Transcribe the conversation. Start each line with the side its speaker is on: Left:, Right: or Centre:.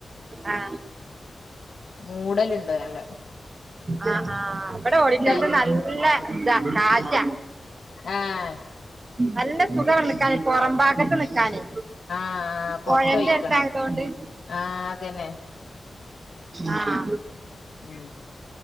Right: ആ
Left: മൂടല്ണ്ട് നല്ല
Right: ആ ആ ഇവിടെ ഓഡിറ്റോറിയത്തിൽ
Left: കൈ
Right: നല്ല നല്ല ഇത. നല്ല കാറ്റ
Left: ആഹ്
Right: നല്ല
Left: ശരി
Right: സുഖവാണിവിടെ നിക്കാന്. പൊറമ്പാകത്ത് നിൽക്കാനെ.
Left: ആഹ് ആഹ് പൊറത്ത്
Right: പൊഴേന്റെടുത്ത്
Left: വെയ്ക്കണം
Right: ആയതൊണ്ട്
Left: ആഹ് അതന്നെ
Right: ആഹ്
Left: ഉം